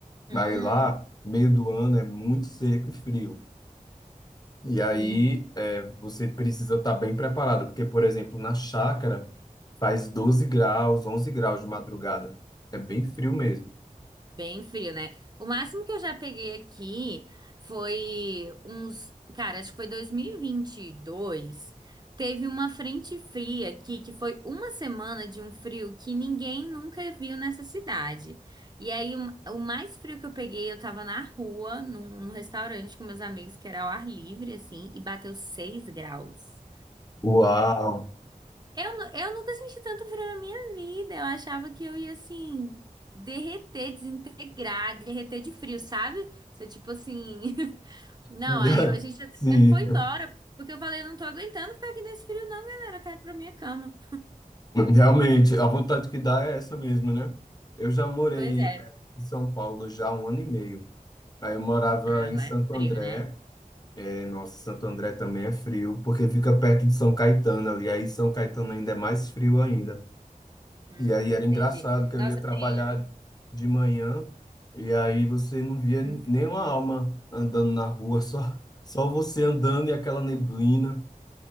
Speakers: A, on the right; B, on the left.
A: Hum,
B: Aí lá, meio do ano é muito seco e frio. E aí
A: sim.
B: é, você precisa estar bem preparado, porque, por exemplo, na chácara faz 12 graus, 11 graus de madrugada. É bem frio mesmo.
A: Bem frio, né? O máximo que eu já peguei aqui foi uns. Cara, acho que foi dois mil e e vinte e dois Teve uma frente fria aqui, que foi uma semana de um frio que ninguém nunca viu nessa cidade. E aí, um- o mais frio que eu peguei, eu tava na rua, num, num restaurante com meus amigos, que era ao ar livre, assim, e bateu 6 graus.
B: Uau!
A: Eu, nu- eu nunca senti tanto frio na minha vida. Eu achava que eu ia assim, derreter, desintegrar, derreter de frio, sabe? Você, tipo assim. <laughs> Não,
B: <laughs>
A: aí a gente até
B: Sim,
A: foi embora, porque eu falei, não tô aguentando ficar aqui nesse frio, não, galera. Eu quero ir pra minha cama.
B: realmente, a vontade que dá é essa mesmo, né? Eu já morei
A: Pois é.
B: eh, em São Paulo já há um ano e meio. Aí eu morava
A: Ah,
B: em
A: lá
B: Santo
A: é frio,
B: André.
A: né?
B: É, nossa, Santo André também é frio, porque fica perto de São Caetano ali. Aí São Caetano ainda é mais frio ainda.
A: Hum,
B: E aí era
A: entendi.
B: engraçado que
A: Nossa,
B: eu ia trabalhar
A: tem
B: de manhã e aí você não via nenhuma
A: um um frio.
B: alma andando na rua, <laughs> só, só você andando e aquela neblina.